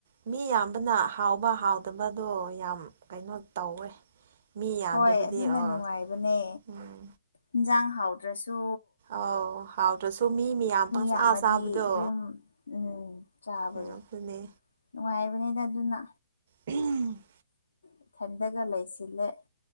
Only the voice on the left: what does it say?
ꯍꯣꯏ ꯑꯗꯨꯅ
ꯅꯨꯡꯉꯥꯏꯕꯅꯦ
ꯏꯟꯖꯥꯡ ꯍꯥꯎꯇ꯭ꯔꯁꯨ
ꯌꯥꯝꯃꯗꯤ
ꯑꯗꯨꯝ ꯎꯝ ꯆꯥꯕꯗꯣ
ꯅꯨꯡꯉꯥꯏꯕꯅꯤꯗ ꯑꯗꯨꯅ
ꯏꯊꯟꯗꯒ ꯂꯩꯁꯤꯜꯂꯦ